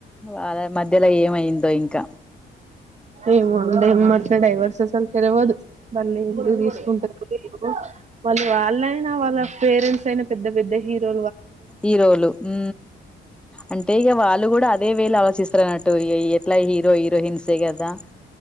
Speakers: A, in the centre; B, on the right.
A: వాళ్ళ మధ్యలో ఏమైందో ఇంకా
B: ఎమ్ ఉండే ఎం మాట్లాడే వరుస అసలు తెల్వదు ముందు తీసుకుంటారు వాళ్ళు వాళ్ళైనా వాళ్ళ పేరెంట్స్ అయినా పెద్ద పెద్ద హీరో
A: హీరోలు ఉ అంటే ఇగ వాళ్ళు కూడా అ దే వేళ ఆలోచిస్తారు అన్నట్టు ఎట్లా హీరో హీరోయిన్స్ే కదా